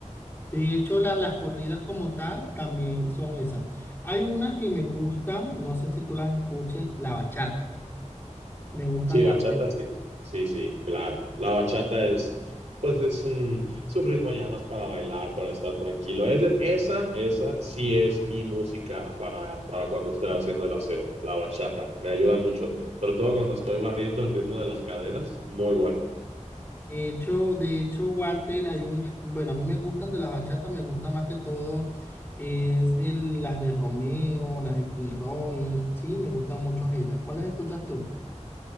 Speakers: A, on the left (about 20°); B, on the right (about 65°).
A: De hecho, la- las corridas como tal también son esas. Hay unas que me gustan, no sé si tú las escuches, la bachata, me gustan
B: Sí, bachata,
A: también.
B: sí. Sí, sí, claro. La bachata es, pues es un, es un ritmo ya más para bailar, para estar tranquilo. Es- esa, esa sí es mi música para, para cuando estoy haciendo el aseo. La bachata me ayuda mucho, sobre todo cuando estoy barriendo el ritmo de las caderas. Muy bueno.
A: De hecho, de hecho, Walter, hay un, bueno, a mí me gustan de las bachatas, me gusta más que todo es el- las de Romeo, las de Prince Royce, sí, me gustan mucho ellas. ¿Cuáles escuchas tú?